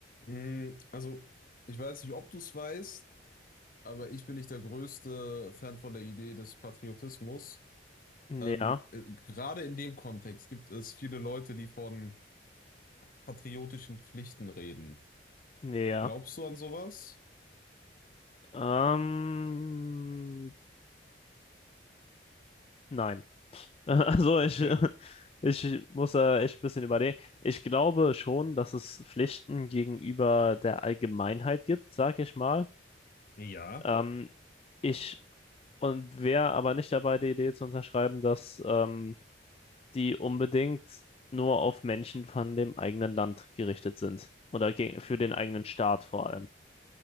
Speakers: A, on the left; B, on the left.
A: Mm, Also, ich weiß nicht, ob du es weißt, aber ich bin nicht der größte Fan von der Idee des Patriotismus.
B: Ja,
A: Ähm, äh, gerade in dem Kontext gibt es viele Leute, die von patriotischen Pflichten reden.
B: ja.
A: Glaubst du an sowas?
B: Ähm, nein. <laughs> Also ich,
A: Okay.
B: ich muss da echt ein bisschen überlegen. Ich glaube schon, dass es Pflichten gegenüber der Allgemeinheit gibt, sag ich mal.
A: Ja.
B: Ähm, ich und wäre aber nicht dabei, die Idee zu unterschreiben, dass ähm, die unbedingt nur auf Menschen von dem eigenen Land gerichtet sind. Oder gegen, für den eigenen Staat vor allem.